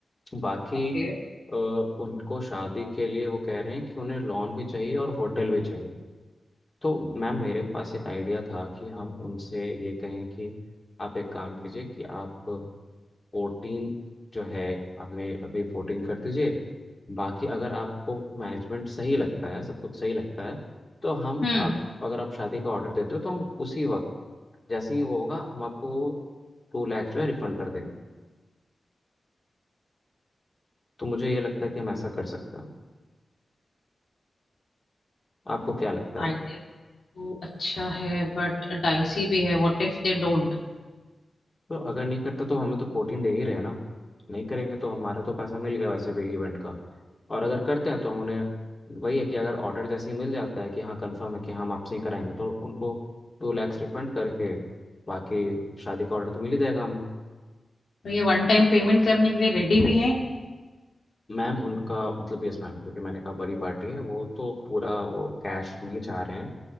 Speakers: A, on the left; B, on the left.
A: बाकी
B: ओके
A: अ, उनको शादी के लिए वो कह रहे हैं कि उन्हें लॉन भी चाहिए और होटल भी चाहिए तो मैम मेरे पास एक आइडिया था कि हम उनसे ये कहें कि आप एक काम कीजिए कि आप फोर्टीन जो है हमें अभी फोर्टीन कर दीजिए बाकी अगर आपको मैनेजमेंट सही लगता है सब कुछ सही लगता है तो हम
B: हम्म
A: आप अगर आप शादी का ऑर्डर देते हो तो हम उसी वक्त जैसे ही वो होगा हम आपको टू लैक्स जो है रिफंड कर देंगे तो मुझे ये लगता है कि हम ऐसा कर सकते हैं आपको क्या लगता
B: आइडिया
A: है
B: तो अच्छा है बट डाइसी भी है What if they don't
A: तो अगर नहीं करता तो हमें तो फोर्टीन दे ही रहे हैं ना नहीं करेंगे तो हमारा तो पैसा मिल गया वैसे भी इवेंट का और अगर करते हैं तो हम उन्हें वही है कि अगर ऑर्डर जैसे ही मिल जाता है कि हाँ कंफर्म है कि हाँ, हम आपसे ही कराएंगे तो उनको टू लैक्स रिफंड करके बाकी शादी का ऑर्डर तो मिल ही जाएगा हमें
B: तो ये वन टाइम पेमेंट करने के लिए रेडी भी हैं
A: मैम उनका मतलब यस मैम क्योंकि मैंने कहा बड़ी पार्टी है वो तो पूरा वो कैश में ही चाह रहे हैं